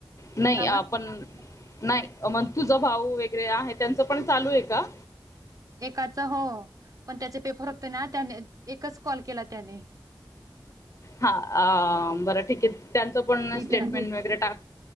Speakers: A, on the left; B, on the right.
A: नाही
B: का बर
A: पण नाही मण तुझं भाऊ वगैरे आहे त्यांचं पण चालू आहे का?
B: एकाच हो पण त्याचे पेपर होते ना त्याने एकच कॉल केला त्याने.
A: हा बरं ठीके त्यांचं पण
B: नीटला
A: स्टेटमेंट वगैरे टाक.